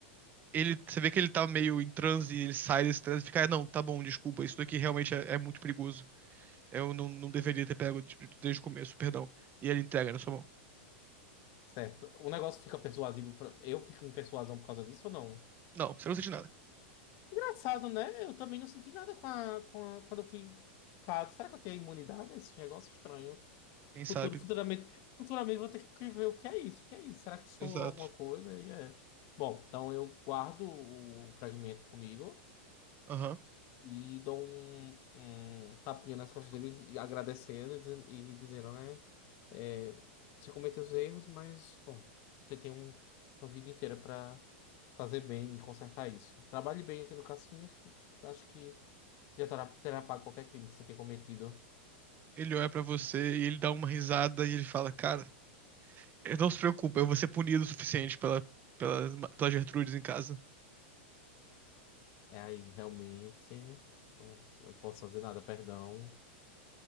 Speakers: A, on the right; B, on the left.
A: ele, você vê que ele tá meio em transe, ele sai desse transe e fica, "Ah, não, tá bom, desculpa, isso daqui realmente é, é muito perigoso. Eu não, não deveria ter pego de- desde o começo, perdão. E ele entrega na sua mão.
B: Certo. O negócio fica persuasivo. pra- Eu fico em persuasão por causa disso ou não?
A: Não, você não sente nada.
B: Engraçado, né? Eu também não senti nada com a, com a- quando eu fui picado. Será que eu tenho imunidade a esse negócio estranho?
A: Quem sabe?
B: Futuro, futuramente, futuramente vou ter que ver o que é isso, o que é isso. Será que eu sou
A: Exato.
B: alguma coisa? E é. Bom, então eu guardo o fragmento comigo
A: Aham.
B: e dou um, um tapinha nas costas deles e agradecendo e dizen- e dizendo, né? é, você cometeu os erros, mas, bom, você tem um- uma vida inteira para fazer bem e consertar isso. Trabalhe bem aqui no cassino, acho que. Já terá, terá pago qualquer crime que você tenha cometido.
A: Ele olha pra você e ele dá uma risada e ele fala, cara, eh, não se preocupa, eu vou ser punido o suficiente pela, pela, pela Gertrudes em casa.
B: É aí, realmente. é, eu não posso fazer nada, perdão.